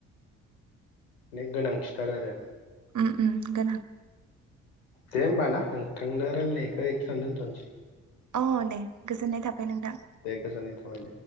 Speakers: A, on the left; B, on the right.
A: मानेे गोनांथिथार आरो।
B: उम उम गोनां।
A: दे होमबा ना नोंथांजों रायलायनायखौ खिथानो दोनथ'नोसै।
B: अह दे गोजोननाय थााबै नोंथां।
A: दे गोजोननाय थाबाय दे